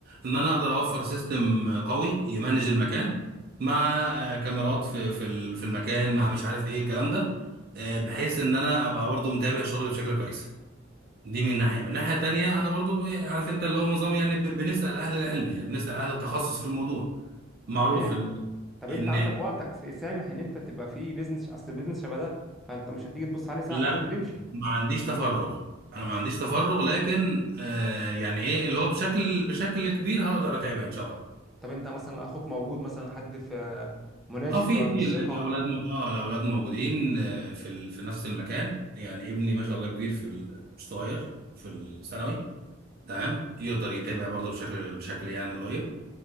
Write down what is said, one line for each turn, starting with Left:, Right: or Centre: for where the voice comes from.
Right: ان انا اقدر اوفر سيستم قوي يمانج المكان مع آه، كاميرات في في ال- في المكان مع مش عارف ايه الكلام ده آه، بحيث ان انا ابقى برضو متابع شغلي بشكل كويس دي من ناحية من ناحية تانية أنا برضو عارف أنت اللي هو نظام يعني ب- بنسأل أهل العلم يعني بنسأل أهل التخصص في الموضوع معروف
Centre: تمام
Right: ال...
Centre: طب
Right: إن
Centre: انت عندك وقتك سامح ان انت تبقى في بيزنس اصل البيزنس شبه ده فانت مش هتيجي تبص عليه ساعه
Right: لا
Centre: في اليوم وتمشي
Right: ما عنديش تفرغ أنا ما عنديش تفرغ لكن آه يعني إيه اللي هو بشكل بشكل كبير هقدر أتابع إن شاء الله
Centre: طب انت مثلا اخوك موجود مثلا حد في مناسب
Right: اه في في
Centre: ثقه
Right: الاولاد م... اه الاولاد موجودين آه، في ال... في نفس المكان يعني ابني ما شاء الله كبير في ال... مش صغير في الثانوي تمام يقدر يتابع برضه بشكل بشكل يعني قريب